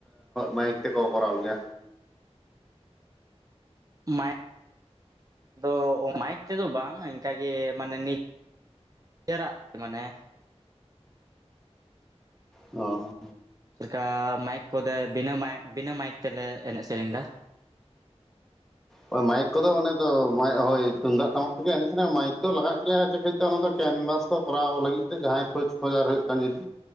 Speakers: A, in the centre; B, on the right.
A: ᱢᱟᱭᱤᱠ ᱛᱮᱠᱚ ᱠᱚᱨᱟᱣ ᱜᱮᱭᱟ?
B: ᱢᱟᱭᱤᱠ, ᱫᱚ ᱢᱟᱭᱤᱠ ᱛᱮᱫᱚ ᱵᱟᱝ, ᱤᱱᱠᱟᱜᱮ ᱢᱟᱱᱮ ᱱᱤᱛ ᱱᱤᱡᱮᱨᱟᱜ ᱢᱟᱱᱮ
A: ᱚᱻ--᱾
B: ᱪᱮᱫ ᱞᱮᱠᱟ ᱢᱟᱭᱤᱠ ᱠᱚᱫᱚ ᱵᱤᱱᱟᱹ ᱢᱟᱭᱤᱠ, ᱵᱤᱱᱟᱹ ᱢᱟᱭᱤᱠ, ᱛᱮᱞᱮ ᱮᱱᱮᱡ ᱥᱮᱨᱮᱧ ᱫᱟ᱾
A: ᱦᱳᱭ ᱢᱟᱭᱤᱠ ᱠᱚᱫᱚ ᱚᱱᱮ ᱫᱚ, ᱦᱳᱭ ᱛᱩᱢᱫᱟᱜ ᱴᱟᱢᱟᱠ ᱛᱮᱜᱮ ᱮᱱᱮᱡ ᱥᱮᱨᱮᱧ, ᱢᱟᱭᱤᱠ ᱫᱚ ᱞᱟᱜᱟᱜ ᱜᱮᱭᱟ ᱥᱮ ᱠᱟᱹᱡ ᱚᱱᱟ ᱫᱚ ᱠᱮᱱᱵᱟᱥ ᱠᱚ ᱠᱚᱨᱟᱣ ᱞᱟᱹᱜᱤᱫ ᱛᱮ, ᱡᱟᱸᱦᱟᱸᱭ ᱠᱷᱳᱡᱽ, ᱠᱷᱚᱡᱟᱨ ᱦᱳᱭᱳᱜ ᱠᱷᱟᱱ ᱡᱩᱫᱤ,